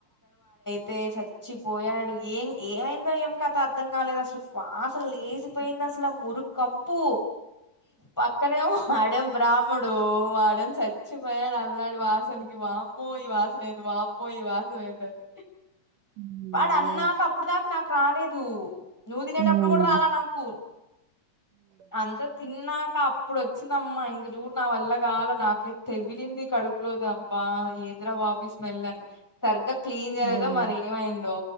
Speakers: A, in the centre; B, on the right (about 70°).
A: తే చచ్చిపోయాడు ఎం ఏమైందో ఏమ్ కత అర్థం కాలేదు అసలు వాసన లేచిపోయింది అసలు మురుకంపు. పక్కనేమో వాడేమో బ్రాం. అప్పుడు వాడు చచ్చిపోయాడు అల్లాడి వాసనకు వామ్ అమ్మో ఈ వాసన ఏంది వామ్మో ఈ వాసన ఏందని.
B: మ్
A: వాడు అన్నాక
B: అవును
A: అప్పుడు దాకా నాకు రాలేదు నువ్వు తినేటప్పుడు
B: ఉమ్
A: కూడ రాలా నాకు అంత తిన్నాకప్పు ప్పుడు వచ్చిందమ్మా ఇంక చూడు నా వల్ల కాల నాకే తెగిలింది కడుపులోదు అబ్బా ఏంద్రబాబు ఇ స్మెల్ అని సరిగ్గా క్లీన్ చేయలేదో
B: ఉమ్
A: మరి దో